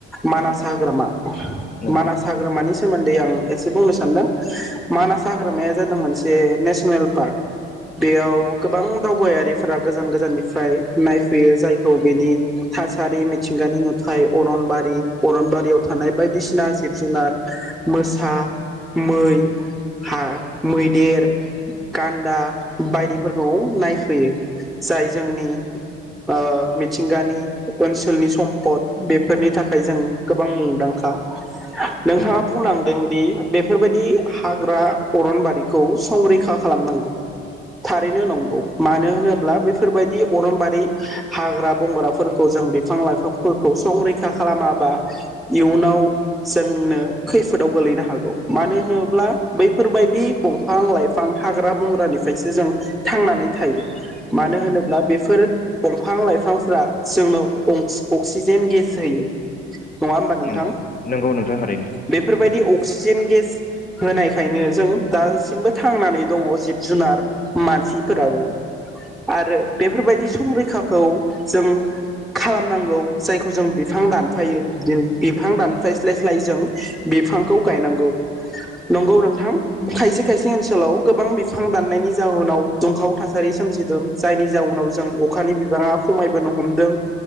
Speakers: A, in the centre; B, on the left.
A: मानास हाग्रामा ।
B: नंगौ
A: मानास हाग्रामानि सोमोन्दै आं एसे बुंनो सानदों मानास हाग्रामाया जादों मोनसे नेसनेल पार्क बेयाव गोबां दावबायारिफोरा गोजान गोजाननिफ्राय नायफ बेयो जाय गौ बेनि थासारि मिट थिंगानि नुथाय अरनबारि अरनबारियाव थानाय बायदिसिना जिब जुनार मोसा मै हा मैदेर गान्दा बायदिफोरखौ नायफैयो जाय जोंनि ओ मिथिंगानि ओनसोलनि सम्पद बेफोरनि थाखाय जों गोबां मुंदांखा नोंथाङा
B: नंगौ
A: बुंलांदों दि बेफोरबायदि हाग्रा अरनबारिखौ संरैखा खालामनांगौ थारैनो नंगौ मानो होनोब्ला बेफोरबायदि अरनबारि हाग्रा बंग्राफोरखौ जों बिफां लाइफांफोरखौ संरैखा खालामाबा इयुनाव जोंनो खैफोदाव गोलैनो हागौ मानो होनोब्ला बैफोरबायदि दंफां लाइफां हाग्रा बंग्रानिफ्रायसो जों थांनानै थायो मानो होनोब्ला बेफोर दंफां लाइफांफोरा जोंनो अन्क-अक्सिजेन गेस होयो नङा होमबा नोंथां
B: नंगौ नंगौ नोंथां थारैनो
A: बेफोरबायदि अक्सिजेन गेस होनायखायनो जों दासिमबो थांनानै दङ जिब जुनार मानसिफोराबो आरो बेफोरबायदि संरै खाखौ जों खालामनांगौ जायखौ जों बिफां दानफायो बिनो बिफां दानस्लायस्लायस्लाय जों बिफांखौ गायनांगौ नंगौ नोंथां खायसे खायसे ओनसोलाव गोबां बिफां दाननायनि जाउनाव दुंहाव थासारि सोमजिदों जायनि जाउनाव जों अक खानि बिबाङा खमायबोनो हमदों